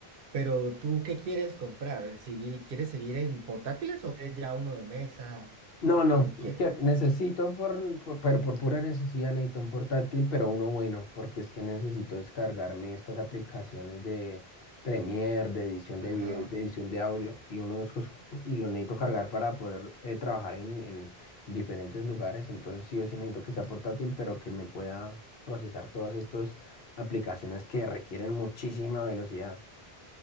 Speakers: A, on the right; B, on the left.
A: Pero tú, ¿qué quieres comprar? ¿Sigui- ¿Quieres seguir en portátiles o quieres ya uno de mesa
B: No,
A: o
B: no,
A: qué lo quieres?
B: que necesito por, por- pero por pura necesidad necesito un portátil, pero uno bueno, porque es que necesito descargarme estas aplicaciones de Premiere, de edición
A: Ajá.
B: de video y de edición de audio, y uno de esos, por- y lo necesito cargar para poder eh, trabajar en, en diferentes lugares, entonces sí o sí necesito que sea portátil, pero que me pueda procesar todas estas aplicaciones que requieren muchísima velocidad.